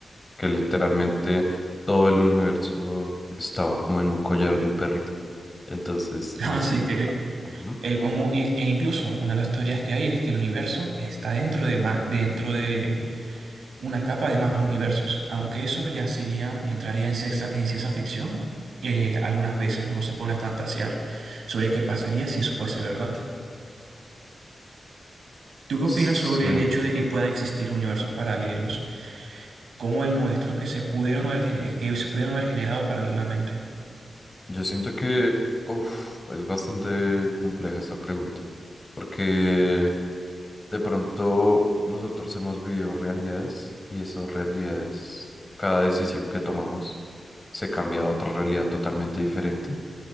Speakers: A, on the left; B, on the right.
A: que literalmente todo el universo estaba como en un collar de un perrito. Entonces,
B: <laughs>
A: nos...
B: Así que
A: ujú.
B: el cómo, e e incluso una de las teorías que hay es que el universo está dentro de, ma- dentro de una capa de más universos, aunque eso ya sería, ya entraría en ciencia, en ciencia ficción. Eh, algunas veces uno se pone a fantasear sobre qué pasaría si eso fuese verdad. ¿Tú qué
A: Sí.
B: opinas sobre el hecho de que puedan existir universos paralelos como el nuestro que se pudieron haber, gene- que se pudieron haber generado paralelamente?
A: Yo siento que, uf, es bastante compleja esa pregunta, porque de pronto nosotros hemos vivido realidades y esas realidades, cada decisión que tomamos se cambia a otra realidad totalmente diferente